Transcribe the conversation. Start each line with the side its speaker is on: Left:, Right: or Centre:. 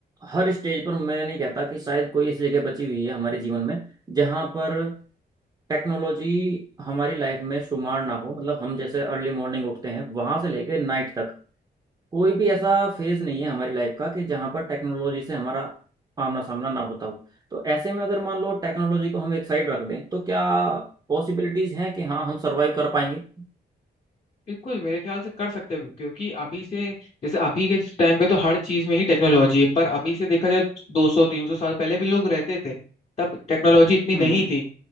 Right: हर स्टेज पर मैं नहीं कहता कि शायद कोई ऐसी जगह बची हुई है हमारे जीवन में जहाँ पर टेक्नोलॉजी हमारी लाइफ में शुमार ना हो मतलब हम जैसे अर्ली मॉर्निंग उठते हैं वहां से लेकर नाइट तक कोई भी ऐसा फेज नहीं है हमारी लाइफ का कि जहां पर टेक्नोलॉजी से हमारा आमना सामना ना होता हो तो ऐसे में अगर मान लो टेक्नोलॉजी को हम एक साइड रख दें तो क्या पॉसिबिलिटीज हैं कि हाँ हम सरवाइव कर पाएंगे
Left: बिल्कुल मेरे ख्याल से कर सकते हैं क्योंकि अभी से जैसे अभी के टाइम पे तो हर चीज में ही टेक्नोलॉजी है पर अभी से देखा जाए 200 300 साल पहले भी लोग रहते थे तब टेक्नोलॉजी इतनी नहीं
Right: हम्म हम्म,
Left: थी